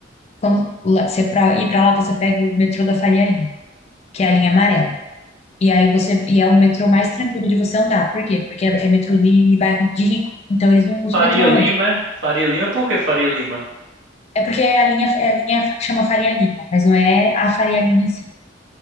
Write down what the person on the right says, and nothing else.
Faria
Lima,
é? Faria Lima, por que Faria Lima?